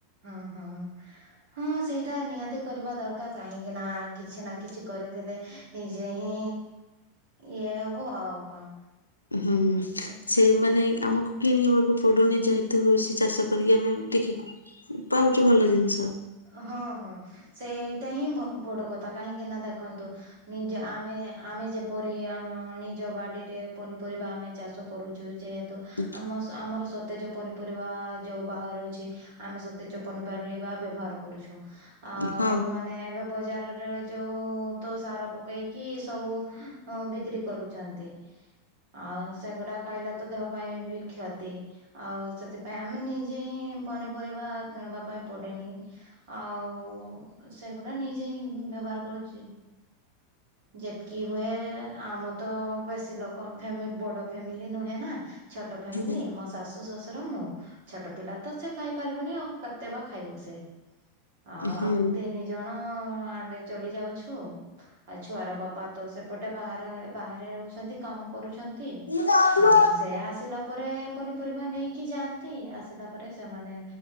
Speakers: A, on the right; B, on the left.
A: ହଁ ହଁ। ହଁ ସେଇଟା ନିହାତି କରିବା ଦରକାର କାହିଁକି ନା କିଛି ନା କିଛି କରିଥିଲେ ଏଁ ନିଜେ ହିଁ ଇଏ ହବ ଆଉ କଣ?
B: ହୁଁ
A: ଆଚ୍ଛା।
B: ସେ ମାନେ ଆମକୁ କିଣିବାକୁ ପଡୁନି ଯେହେତୁ ହଉଛି ଚାଷ କରିକି ଆମେ ଟିକେ ପାଉଚୁ ଭଲ ଜିନିଷ।
A: ହଁ ହଁ ସେଇଟା ହିଁ ବଡ କଥା କାହିଁକି ନା ଦେଖନ୍ତୁ ନିଜ ଆମେ ଆମେ ଯେପରି ଆମ ନିଜ ବାଡିରେ ପନିପରିବା ଆମେ ଚାଷ କରୁଛୁ ଯେହେତୁ
B: ଉଁ
A: ଆମ ସ ଆମର ସତେଜ ପନିପରିବା ଯୋଉ ବାହାରୁଛି ଆମେ ସତେଜ ପନିପରିବା ବ୍ୟବହାର କରୁଛୁ। ଆଉ
B: ହୁଁ
A: ଲୋକମାନେ ଏବେ ବଜାରରେ ଯୋଉ ଉ ତ ସାର ପକେଇକି ସବୁ ଅଁ ବିକ୍ରି କରୁଛନ୍ତି। ଆଉ ସେଗୁଡା ଖାଇଲେ ତ ଦେହ ପାଇଁ ବି କ୍ଷତି। ଆଉ ସେଥିପାଇଁ ଆମେ ନିଜେ ହିଁ ପନିପରିବା କିଣବା ପାଇଁ ପଡ଼େନି। ଆଉ ସେଗୁଡା ନିଜେ ହିଁ ବ୍ୟବହାର କରୁଛି। ଯେତକି ହୁଏ ଆମ ତ ବେଶୀ ଲୋକ ଫ୍ୟାମି ବଡ ଫ୍ୟାମିଲି ନୁହେଁ ନା। ଛୋଟ ଫ୍ୟାମିଲି
B: ହୁଁ
A: ମ ଶାଶୁ ଶଶୁ ର ମୁଁ। ଛୋଟ ପିଲା ତ ସେ ଖାଇ ପାରିବନି ଆଉ କେତେ ବା ଖାଇବ ସେ। ଆଉ
B: ହୁଁ।
A: ଆମେ ତିନି ଜଣ ଆମେ ଚଡ଼ି ଯାଉଛୁ। ଆଜ୍ ଛୁଆର ବାପା ତ ସେପଟେ ବାହାରେ ବାହାରେ ରହୁଛନ୍ତି। କାମ କରୁଛନ୍ ତି
B: ହୁଁ ହୁଁ
A: ଆଉ ସେ ଆସିଲା ପରେ ପନିପରିବା ନେଇକି ଯାଆନ୍ତି। ଆସିଲା ପରେ ସେମାନେ